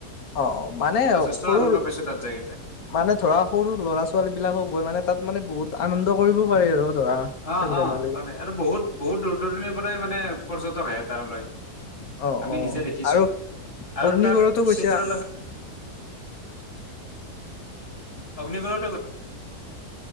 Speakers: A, on the left (about 60°); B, on the left (about 45°).
A: অ অ মানে
B: যথেষ্ট
A: সৰু
B: আনন্দ পাইছো তাত যায় কিনে।
A: মানে ধৰা সৰু ল'ৰা ছোৱালী বিলাকো গৈ মানে তাত মানে বহুত আনন্দ কৰিব পাৰে আৰু ধৰা।
B: অ
A: খেল
B: অ
A: ধেমালি
B: পাৰে আৰু বহুত বহুত দূৰ দূৰণিৰ পৰাই মানে পৰ্যটক আহে তাৰলৈ
A: অ
B: আমি
A: অ
B: নিজে দেখিছো
A: আৰু
B: আৰু
A: অগ্নিগড়তো
B: তাত
A: গৈছা
B: চিত্ৰলেখা অগ্নিগড়টো